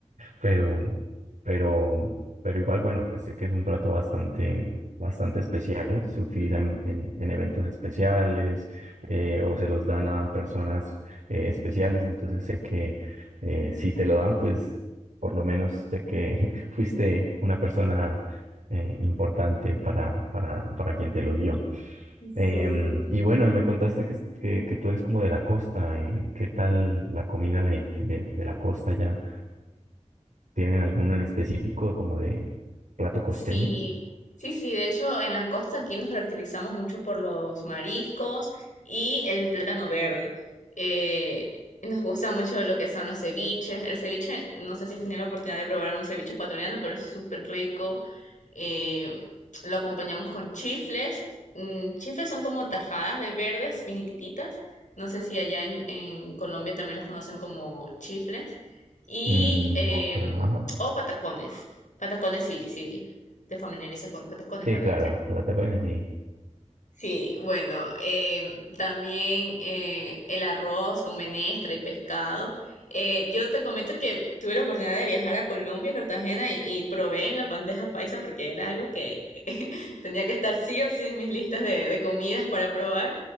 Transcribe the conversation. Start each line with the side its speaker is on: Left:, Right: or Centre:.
Right: pero, pero, pero igual, bueno, pues sé que es un plato bastante, bastante especial, se utiliza en, en- en eventos especiales eh, o se los dan a personas eh, especiales, entonces sé que eh, si te lo dan, pues por lo menos sé que <laughs> fuiste una persona eh, importante para, para, para quien te lo dio.
Left: Sí,
Right: Em,
Left: sí.
Right: y bueno, y me contaste que, es- que, que tú eres como de la costa, y qué tal la comida de, de, de la costa ya. ¿Tienen alguno en específico como de plato costeño?
Left: Sí, sí, sí, de hecho en la costa aquí nos caracterizamos mucho por los mariscos y el plátano verde. Eh, nos gusta mucho lo que son los ceviches. El ceviche, no sé si has tenido la oportunidad de probar un ceviche ecuatoriano, pero es súper rico. Eh, lo acompañamos con chifles. Mm, chifles son como tajadas de verdes finititas. No sé si allá en, en Colombia también los conocen como chifles. Y,
Right: Mm,
Left: em,
Right: no creo, ajá.
Left: o patacones. Patacones, sí, sí te familiarizas con patacones,
Right: Sí,
Left: ¿verdad?
Right: claro, plata costeño sí.
Left: Sí, bueno, eh, también eh, el arroz con menestra y pescado. Eh, yo te comento que tuve la oportunidad de viajar a Colombia, Cartagena, y, y probé la bandeja paisa porque era algo que <laughs> tenía que estar sí o sí en mis listas de, de comidas para probar.